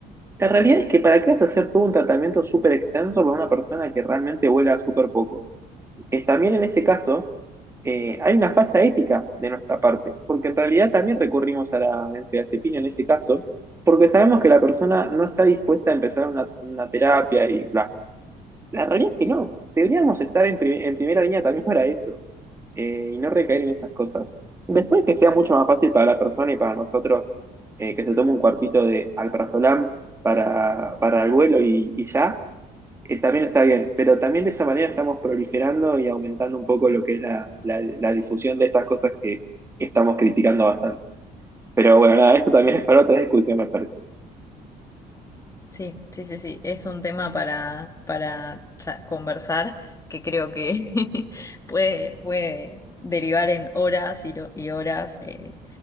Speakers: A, on the right; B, on the left.
A: La realidad es que para qué vas a hacer todo un tratamiento súper extenso para una persona que realmente vuela súper poco eh, también en ese caso eh, hay una falta ética de nuestra parte, porque en realidad también recurrimos a la benzodiazepina en ese caso, porque sabemos que la persona no está dispuesta a empezar una, una terapia y bla. La realidad es que no, deberíamos estar en, prim- en primera línea también para eso eh, y no recaer en esas cosas. Después que sea mucho más fácil para la persona y para nosotros eh, que se tome un cuartito de alprazolam para, para el vuelo y, y ya, eh, también está bien, pero también de esa manera estamos proliferando y aumentando un poco lo que es la, la- la difusión de estas cosas que estamos criticando bastante. Pero bueno, nada, esto también es para otra discusión, me parece.
B: Sí, sí, sí, sí, es un tema para, para cha- conversar que creo que <laughs> puede, puede derivar en horas y, lo- y horas. eh,